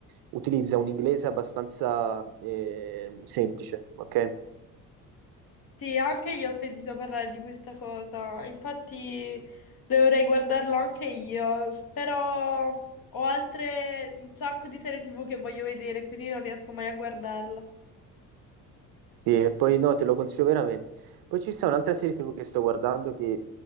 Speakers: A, on the right (about 50°); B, on the left (about 45°).
A: utilizza un inglese abbastanza eh, semplice, ok?
B: Sì, anche io ho sentito parlare di questa cosa, infatti dovrei guardarlo anche io, però ho altre un sacco di serie TV che voglio vedere, quindi non riesco mai a guardarla.
A: Sì, e poi no, te lo consiglio veramente. Poi ci sta un'altra serie TV che sto guardando che